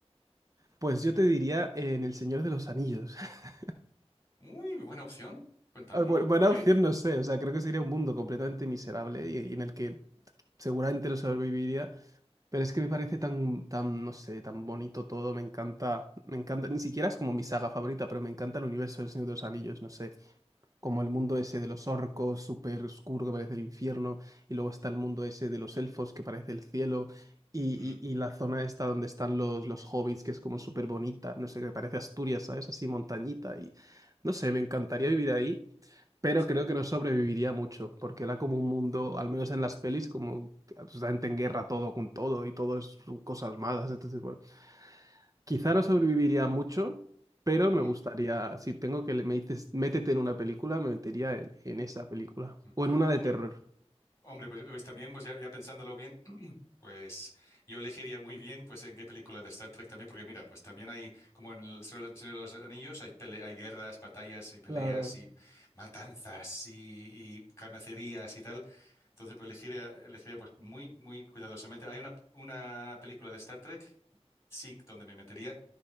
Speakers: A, on the right (about 30°); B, on the left (about 25°).
A: Pues yo te diría eh, en El Señor de los Anillos. <laughs>
B: Uy, buena opción. Cuéntame,
A: Ah, bu- buena
B: ¿por qué?
A: opción, no sé. O sea, creo que sería un mundo completamente miserable y, y en el que seguramente no sobreviviría. Pero es que me parece tan, tan, no sé, tan bonito todo. Me encanta, me encanta. Ni siquiera es como mi saga favorita, pero me encanta el universo del Señor de los Anillos. No sé. como el mundo ese de los orcos, súper oscuro que parece el infierno, y luego está el mundo ese de los elfos que parece el cielo, y,
B: Ujú,
A: y- y la zona esta donde están los, los hobbits, que es como súper bonita, no sé, que parece Asturias, ¿sabes? Así montañita, y no sé, me encantaría vivir ahí,
B: ujú,
A: pero
B: Sí.
A: creo que no sobreviviría mucho, porque era como un mundo, al menos en las pelis, como absolutamente en guerra todo con todo, y todo es cosas malas, entonces, bueno. Quizá
B: ujú,
A: no sobreviviría mucho, pero me
B: ujú,
A: gustaría, si tengo que le me dices, métete en una película, me metería en, en esa película.
B: ujú.
A: O en una de
B: Hombre,
A: terror.
B: hombre, pues, pues también, pues ya, ya pensándolo bien, <clears throat> pues yo elegiría muy bien, pues en qué película de Star Trek también, porque mira, pues también hay, como en el Señor de Señor de los Anillos, hay, pele- hay guerras, batallas y peleas
A: Claro.
B: y matanzas y, y carnicerías y tal. Entonces, pues elegiría, elegiría pues muy, muy cuidadosamente. Hay una, una película de Star Trek, SIC, donde me metería,